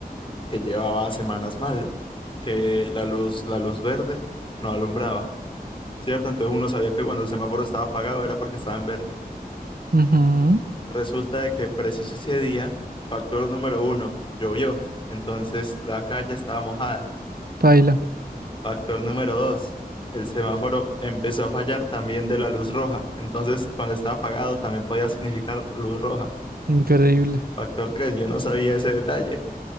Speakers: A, on the left (about 30°); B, on the right (about 70°).
A: que llevaba semanas malo, que la luz, la luz verde no alumbraba, ¿cierto? Entonces uno sabía que cuando el semáforo estaba apagado era porque estaba en verde.
B: Ujú.
A: Resulta de que preciso ese día, factor número uno, llovió, entonces la calle estaba mojada.
B: Paila.
A: Factor número dos, el semáforo empezó a fallar también de la luz roja, entonces cuando estaba apagado también podía significar luz roja.
B: Increíble.
A: Factor tres, yo no sabía ese detalle.